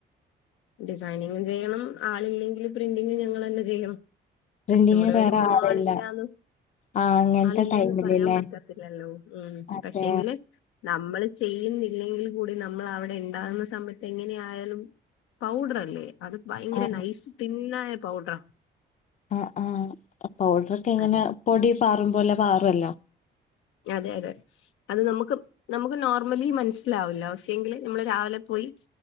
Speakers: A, on the left; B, on the left.
A: ഡിസൈനിങ്ങും ചെയ്യണം ആളില്ലെങ്കിൽ പ്രിന്റിംഗും ഞങ്ങളെന്നെ ചെയ്യണം
B: പ്രിന്റിങ്ങിന്
A: കസ്റ്റമർ വരുമ്പോ
B: വേറെ ആളില്ല
A: ആളില്ലാന്ന്
B: ആ അങ്ങനത്തെ
A: ആളില്ലാന്ന്
B: ടൈമിലല്ലേ
A: പറയാൻ പറ്റത്തില്ലല്ലോ ഉം
B: അതെ
A: പക്ഷെങ്കില് നമ്മൾ ചെയ്യുന്നില്ലെങ്കിൽ കൂടി നമ്മൾ അവിടെ ഇണ്ടാകുന്ന സമയത്ത് എങ്ങനെ ആയാലും പൗഡർ അല്ലേ അത് ഭയങ്കര
B: ആ
A: നൈസ് തിന്നായ പൗഡറാ
B: ആ ആഹ് പൗഡറൊക്കെ ഇങ്ങനെ
A: അതെ
B: പൊടി പാറും പോലെ പാറുവല്ലോ
A: അതെ അതെ അത് നമുക്ക് നമുക്ക് നോർമലി മനസ്സിലാവില്ല പക്ഷേ എങ്കില് നമ്മള് രാവിലെ പോയി